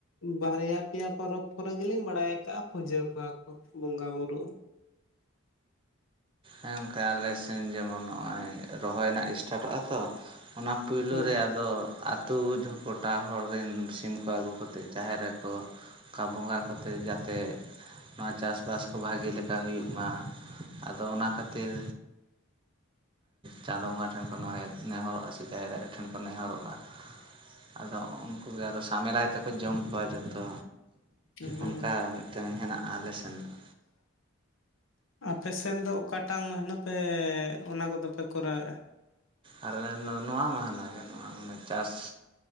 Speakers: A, on the left; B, on the right.
A: ᱵᱟᱨᱭᱟ ᱯᱮᱭᱟ ᱯᱚᱨᱚᱵᱽ ᱠᱚᱨᱮ ᱜᱮᱞᱤᱧ ᱵᱟᱲᱟᱭ ᱟᱠᱟᱜᱼᱟ ᱯᱩᱡᱟᱹ ᱠᱚᱣᱟ ᱠᱚ ᱵᱚᱸᱜᱟ ᱵᱩᱨᱩ
B: ᱜᱚᱝᱠᱮ ᱟᱞᱮ ᱥᱮᱱ ᱡᱮᱢᱚᱱ ᱱᱚᱜᱼᱚᱭ ᱨᱚᱦᱚᱭ ᱱᱟᱜ ᱤᱥᱴᱟᱨᱴᱚᱜᱼᱟ ᱛᱚ ᱚᱱᱟ ᱯᱩᱭᱞᱩ
A: ᱦᱮᱸ
B: ᱨᱮ ᱟᱫᱚ ᱟᱹᱛᱩ ᱜᱚᱴᱟ ᱦᱚᱲ ᱨᱮᱱ ᱥᱤᱢ ᱠᱚ ᱟᱹᱜᱩ ᱠᱚᱛᱮ ᱡᱟᱦᱮᱨ ᱨᱮᱠᱚ ᱚᱱᱠᱟ ᱵᱚᱸᱜᱟ ᱠᱚᱛᱮ ᱡᱟᱛᱮ ᱱᱚᱣᱟ ᱪᱟᱥᱼᱵᱟᱥ ᱠᱚ ᱵᱷᱟᱜᱮ ᱞᱮᱠᱟ ᱦᱩᱭᱩᱜ-ᱢᱟ ᱟᱫᱚ ᱚᱱᱟ ᱠᱷᱟᱹᱛᱤᱨ ᱪᱟᱸᱫᱳ ᱵᱚᱸᱜᱟ ᱴᱷᱮᱱ ᱠᱚ ᱱᱮᱦᱚᱨᱚᱜᱼᱟ ᱥᱮ ᱡᱟᱦᱮᱨ ᱟᱭᱳ ᱴᱷᱮᱱ ᱠᱚ ᱱᱮᱦᱚᱨᱚᱜᱼᱟ ᱟᱫᱚ ᱩᱱᱠᱩ ᱜᱮ ᱟᱫᱚ ᱥᱟᱢᱮᱞᱟᱭ ᱛᱮᱠᱚ ᱡᱚᱢ ᱠᱚᱣᱟ ᱡᱚᱛᱚ
A: ᱦᱩᱸ
B: ᱚᱱᱠᱟ ᱢᱤᱫᱴᱟᱹᱝ ᱦᱮᱱᱟᱜᱼᱟ ᱟᱞᱮ ᱥᱮᱱ ᱫᱚ
A: ᱟᱯᱮ ᱥᱮᱱ ᱫᱚ ᱚᱠᱟᱴᱟᱜ ᱢᱟᱹᱦᱱᱟᱹ ᱯᱮ ᱚᱱᱟ ᱠᱚᱫᱚ ᱯᱮ ᱠᱚᱨᱟᱣᱮᱫᱼᱟ
B: ᱟᱞᱮ ᱱᱚᱣᱟ ᱢᱟᱹᱦᱱᱟᱹ ᱜᱮ ᱱᱚᱣᱟ ᱢᱟᱱᱮ ᱪᱟᱥ